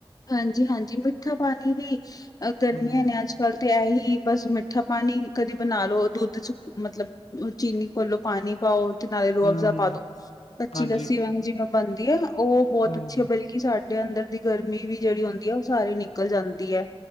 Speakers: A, on the left; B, on the left.
A: ਹਾਂਜੀ- ਹਾਂਜੀ ਮਿੱਠਾ ਪਾਣੀ ਵੀ ਅ ਗਰਮੀਆਂ
B: ਹੂੰ
A: ਨੇ ਅੱਜ- ਕੱਲ ਤੇ ਇਹ ਹੀ ਬਸ ਮਿੱਠਾ ਪਾਣੀ ਕਦੇ ਬਣਾ ਲਓ। ਦੁੱਧ ਚ ਮਤਲਬ ਉਹ ਚੀਨੀ ਘੋਲੋਂ ਪਾਣੀ ਪਾਓ। ਤੇ ਨਾਲੇ ਰੋਅਫਜ਼ਾ
B: ਹੂੰ
A: ਪਾ ਦੋ,
B: ਹੂੰ
A: ਕੱਚੀ
B: ਹਾਂਜੀ
A: ਲੱਸੀ ਵਾਂਗ ਜਿਵੇਂ ਬਣਦੀ ਆ, ਉਹ ਬਹੁਤ
B: ਹੂੰ
A: ਅੱਛੀ ਹੁੰਦੀ ਹੈ। ਸਾਡੇ ਅੰਦਰ ਦੀ ਗਰਮੀ ਵੀ ਜਿਹੜੀ ਹੁੰਦੀ ਹੈ। ਉਹ ਸਾਰੀ ਨਿਕਲ ਜਾਂਦੀ ਹੈ।